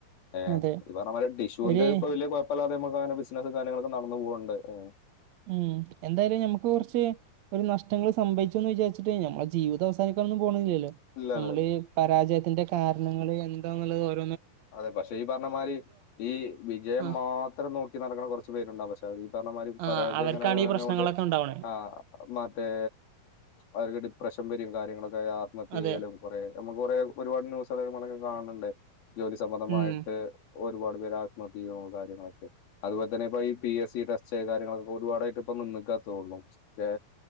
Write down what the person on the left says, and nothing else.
ഏ
ഇയ്യ്പറഞ്ഞമ്മാതിരി ഡിഷുന്റെ
ഇപ്പൊ വല്ല്യയ കൊഴപ്പല്ലാതെ നമ്മൾ ഇപ്പങ്ങനെ ബിസിനസ്സും കാര്യങ്ങളൊക്കെ നടന്ന് പോക്ണ്ട് ഏ
ഇല്ല
ഇല്ല ഇല്ല
അതെ പക്ഷേ ഈ പറഞ്ഞ മാതിരി ഈ വിജയം
മാത്രം നോക്കി നടക്കണ കുറച്ചു പേരുണ്ടാവും പക്ഷേ അത് പറഞ്ഞമാരി
പരാജയംങ്ങനെ
വങ്ങ്യോണ്ട്
ആ മറ്റേ അവര് ഡിപ്രഷൻ <unintelligible> കാര്യങ്ങളൊക്കെ ആയാ ആത്മഹത്യയ്യലും
കുറെ നമുക്ക് കുറേ ഒരുപാട് ന്യൂസൊക്കെ നമ്മള് കാണണ്ട് ജോലി സംബന്ധമായിട്ട്
ഒരുപാട് <unintelligible> ആത്മഹത്യ ചെയ്യും കാര്യങ്ങളൊക്കെ അതുപോലെ തന്നെപ്പം ഈ പി എസ് സി ടെസ്റ്റ് കാര്യങ്ങളൊക്കെ ഒരുപാടായിട്ടിപ്പം നിന്ന്ക്ക തോന്നും ഏ